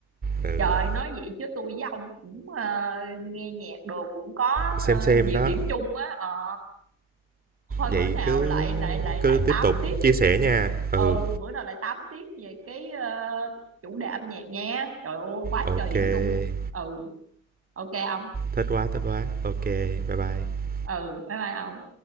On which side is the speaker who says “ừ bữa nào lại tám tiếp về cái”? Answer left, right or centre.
Right